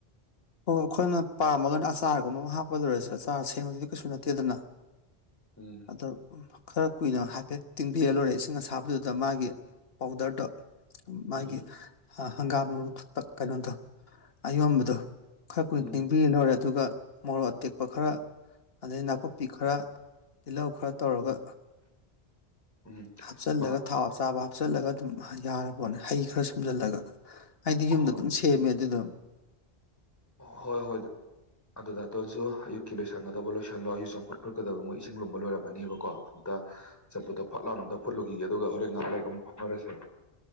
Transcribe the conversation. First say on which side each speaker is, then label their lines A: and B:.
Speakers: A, on the left; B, on the left.
A: ꯑꯣ ꯑꯩꯈꯣꯏꯅ ꯄꯥꯝꯃꯒꯅ ꯑꯆꯥꯔꯒꯨꯝꯕ ꯑꯃ ꯍꯥꯞꯄ ꯂꯣꯏꯔꯦꯁꯦ ꯑꯆꯥꯔ ꯁꯦꯝꯕꯗꯨꯗꯤ ꯀꯩꯁꯨ ꯅꯠꯇꯦꯗꯅ
B: ꯎꯝ
A: ꯑꯗ ꯈꯔ ꯀꯨꯏꯅ ꯍꯥꯏꯐꯦꯠ ꯇꯤꯡꯕꯤꯔꯥ ꯂꯣꯏꯔꯦ ꯏꯁꯤꯡ ꯑꯁꯥꯕꯗꯨꯗ ꯃꯥꯒꯤ ꯄꯥꯎꯗꯔꯗꯣ ꯃꯥꯒꯤ
B: ꯎꯝ
A: ꯍꯪꯒꯥꯝ ꯃꯔꯨ ꯇꯛ ꯀꯩꯅꯣꯗꯣ ꯑꯌꯣꯟꯕꯗꯣ ꯈꯔ ꯀꯨꯏꯅ
B: ꯎꯝ
A: ꯇꯤꯡꯕꯤꯔꯥ ꯂꯣꯏꯔꯦ ꯑꯗꯨꯒ ꯃꯣꯔꯣꯛ ꯑꯇꯦꯛꯄ ꯈꯔ ꯑꯗꯩ ꯅꯥꯀꯨꯞꯄꯤ ꯈꯔ ꯇꯤꯜꯍꯧ ꯈꯔ ꯇꯧꯔꯒ
B: ꯎꯝ
A: ꯍꯥꯞꯆꯜꯂꯒ
B: ꯃꯥ
A: ꯊꯥꯎ ꯑꯆꯥꯕ ꯍꯥꯞꯆꯜꯂꯒ ꯑꯗꯨꯝ ꯌꯥꯔꯄꯣꯠꯅꯦ ꯍꯩ ꯈꯔ ꯁꯨꯝꯖꯜꯂꯒ ꯑꯩꯗꯤ
B: ꯍꯣꯏ
A: ꯌꯨꯝꯗ ꯑꯗꯨꯝ ꯁꯦꯝꯃꯦ ꯑꯗꯨꯗꫭ
B: ꯍꯣꯏ ꯍꯣꯏꯗ ꯑꯗꫭ ꯗꯥꯇꯣꯟꯁꯨ ꯑꯌꯨꯛꯀꯤ ꯂꯣꯏꯁꯟꯒꯗꯕ ꯂꯣꯏꯁꯜꯂꯣ ꯑꯩꯁꯨ ꯆꯝꯐꯨꯠ ꯐꯨꯠꯀꯗꯕ ꯃꯣꯏ ꯏꯁꯤꯡ ꯂꯨꯝꯕ ꯂꯣꯏꯔꯝꯃꯅꯦꯕꯀꯣ ꯑꯝꯇ ꯆꯝꯐꯨꯠꯇꯣ ꯐꯠ ꯂꯥꯎꯅꯥ ꯑꯝꯇ ꯐꯨꯠꯂꯨꯈꯤꯒꯦ ꯑꯗꯨꯒ ꯍꯣꯔꯦꯟ ꯉꯥꯏꯍꯥꯛ ꯂꯩꯒ ꯑꯃꯨꯛ ꯐꯥꯎꯅꯔꯁꯦ